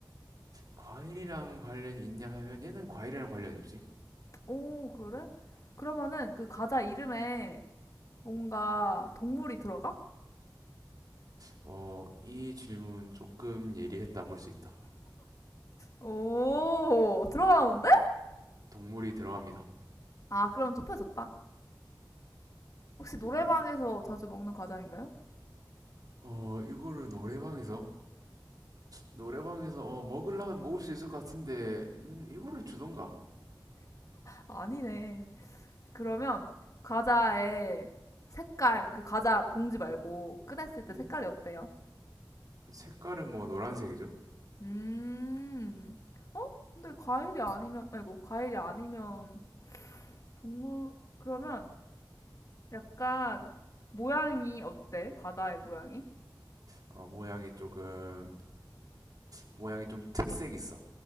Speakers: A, on the right; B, on the left.
A: 과일이랑 관련이 있냐 하면 얘는 과일이랑 관련이 없지.
B: 오, 그래? 그러면은 그 과자 이름에 뭔가 동물이 들어가?
A: 어, 이 질문 조금 예리했다 볼 수 있다.
B: 오, 들어가나 본데?
A: 동물이 들어갑니다.
B: 아, 그럼 좁혀졌다. 혹시 노래방에서
A: 어?
B: 자주 먹는 과자인가요?
A: 어, 이거를 노래방에서 노래방에서 어, 먹으려면 먹을 수 있을 것 같은데 음, 이거를 주던가?
B: 아, 아니네. 그러면 과자의 색깔, 그 과자 봉지 말고 꺼냈을 때
A: 음,
B: 색깔이 어때요?
A: 색깔은 뭐 노란색이죠.
B: 음. 어? 근데 과일이 아니면, 아이고, 과일이 아니면 동물, 그러면 약간 모양이 어때? 과자의 모양이?
A: 어, 모양이 조금 모양이 좀 특색 있어.